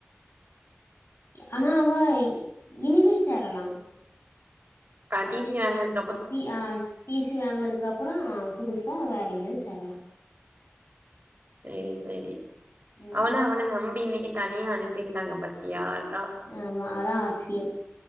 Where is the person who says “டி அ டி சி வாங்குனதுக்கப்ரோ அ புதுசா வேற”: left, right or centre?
Left